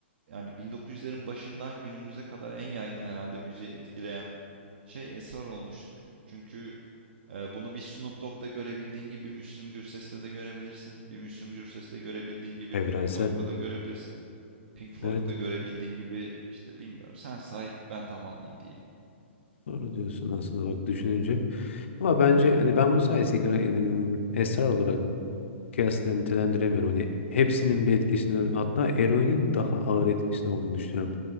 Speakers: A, on the right; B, on the left.
A: yani 1900'lerin başından günümüze kadar en yaygın herhalde müziği etkileyen şey esrar olmuştur. Çünkü e, bunu bir Snoop Dogg'da görebildiğin gibi Müslüm Gürses'te de görebilirsin. Bir Müslüm Gürses'te görebildiğin gibi
B: evrensel.
A: Pink Floyd'da da görebilirsin. Pink Floyd'da
B: Evet.
A: görebildiğin gibi işte bilmiyorum. Sen say ben tamamlayayım diyeyim.
B: Doğru diyorsun aslında bak düşününce. Ama bence hani ben bunu sadece sigara edim, esrar olarak kıyasla nitelendiremiyorum. Hani hepsinin bir etkisini hatta eroinin daha ağır etkisini olduğunu düşünüyorum.